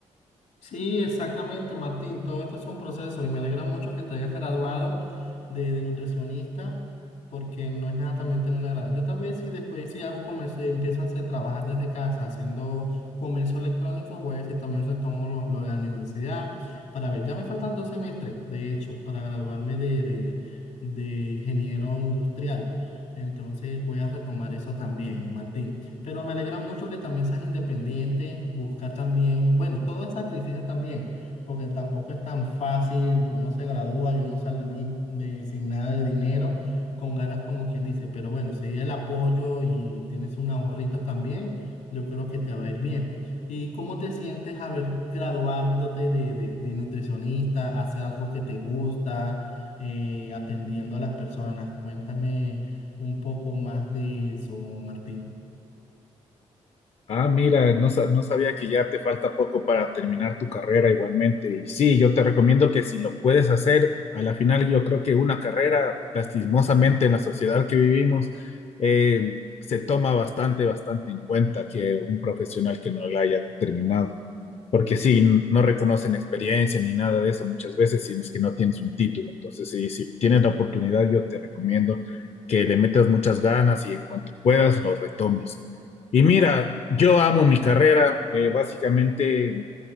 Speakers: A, on the left (about 80°); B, on the left (about 50°).
A: Sí, exactamente, Martín. Todo esto es un proceso y me alegra mucho que te hayas graduado de, de nutricionista porque no es nada también tener una grada. Yo también si después si hago comercio, empiezo a hacer, trabajar desde casa haciendo comercio electrónico, voy a ver si también retomo lo, lo de la universidad para ver. Ya me faltan dos semestres, de hecho, para graduarme de, de, de ingeniero industrial. Entonces voy a retomar eso también, Martín. Pero me alegra mucho que también seas independiente, buscar también, bueno, todo es sacrificio también, porque tampoco es tan fácil, uno se gradúa y uno sale lim- de- sin nada de dinero, con ganas como quien dice, pero bueno, si el apoyo y tienes un ahorrito también, yo creo que te va a ir bien. ¿Y cómo te sientes haber graduándote de, de- de nutricionista, hacer algo que te gusta, eh, atendiendo a las personas? Cuéntame un poco más de eso, Martín.
B: Ah, mira, no, sa- no sabía que ya te falta poco para terminar tu carrera igualmente. Y sí, yo te recomiendo que si lo puedes hacer, a la final yo creo que una carrera, lastimosamente en la sociedad que vivimos, eh, se toma bastante, bastante en cuenta que un profesional que no la haya terminado porque sí, no reconocen experiencia ni nada de eso muchas veces, si es que no tienes un título. Entonces, sí, si tienes la oportunidad, yo te recomiendo que le metas muchas ganas y en cuanto puedas lo retomes. Y mira, yo amo mi carrera, eh, básicamente